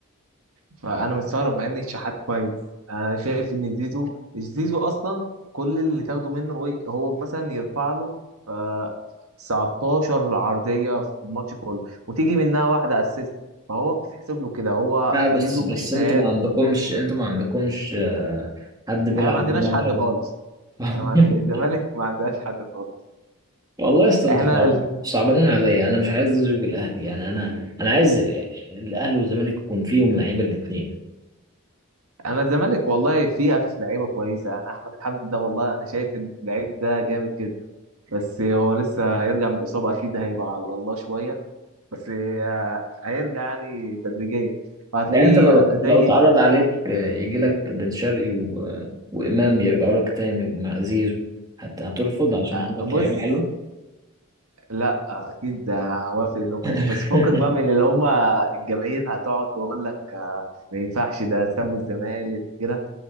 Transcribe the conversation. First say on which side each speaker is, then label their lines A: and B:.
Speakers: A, on the right; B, on the right.
A: فانا مستغرب مع ان الشحات كويس انا شايف ان زيزو زيزو اصلا كل اللي تاخده منه ايه هو مثلا يرفع له آه 19 عرضيه في الماتش كله وتيجي منها واحده اسيست فهو بتتحسب له كده هو
B: لا بس
A: زيزو
B: بس
A: مش مهاري
B: انتوا ما عندكمش انتوا ما عندكمش آه، حد بيلعب
A: احنا ما
B: بدماغ
A: عندناش حد خالص
B: <laughs>
A: احنا ما عند... الزمالك ما عندهاش حد خالص
B: والله يا اسطى انت
A: احنا
B: صعب
A: ال...
B: صعبانين عليا انا مش عايز ازوج الاهلي يعني انا انا عايز الاهلي والزمالك يكون فيهم لعيبه الاثنين
A: انا الزمالك والله فيها في لعيبه كويسه انا احمد حمدي ده والله انا شايف إن اللعيب ده جامد جدا بس هو لسه يرجع من الاصابه اكيد هيبقى على الله شويه بس آه، هيرجع يعني تدريجيا وهتلاقيه
B: يعني انت لو
A: زي
B: لو اتعرض عليك آه، يجي لك بن شرقي و... آه، وامام يرجعوا لك تاني مع زيزو هت... هترفض عشان
A: آه،
B: عندك
A: بص
B: لعيبه حلوه
A: لا آه، اكيد آه، هوافق لهم
B: <laughs>
A: بس فكك بقى من اللي هم الجماهير هتقعد تقول لك آه، ما ينفعش ده سابوا الزمالك كده